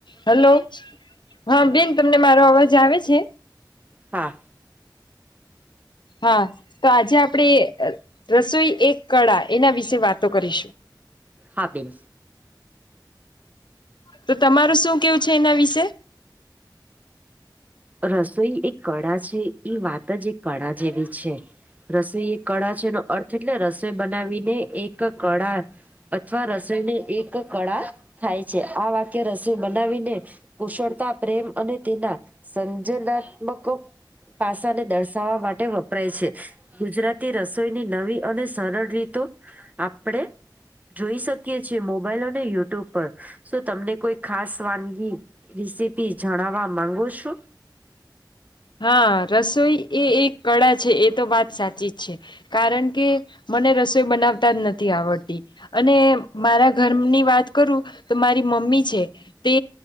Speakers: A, on the left (about 75°); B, on the right (about 20°).
A: Hello- હા બેન તમને મારો અવાજ આવે છે.
B: હા
A: હા તો આજે આપણેે એ અ રસોઈ એક કળા એના વિશે વાતો કરીશું.
B: હા બહેન
A: તો તમારું શું કેવું છે એના વિશે
B: રસોઈ એક કળા છે વાત જ એક કળા જેવી છે. રસોઈ એક કળા છે એનો અર્થ એટલે રસોઈ બનાવીને એક કળા અથવા રસોઈને એક કળા થાય છે આ વાક્ય રસોઈ બનાવીને કુશળતા પ્રેમ અને તેના સંજનાત્મકો પાસા ને દર્શાવવા માટે વપરાય છે. ગુજરાતી રસોઈની નવી અને સરળ રીતો આપણેે જોઈ શકીએ છીએ મોબાઈલ અને યુટ્યુબ પર શું તમને કોઈ ખાસ વાનગી રેસિપી જણવા માંગો છો.
A: હા રસોઈ એ એક કળા છે એ તો વાત સાચી જ છે. કારણ કે- મને રસોઈ બનાવતા જ નથી આવડતી. અને મારા ઘરની વાત કરું -તો મારી મમ્મી છે. તે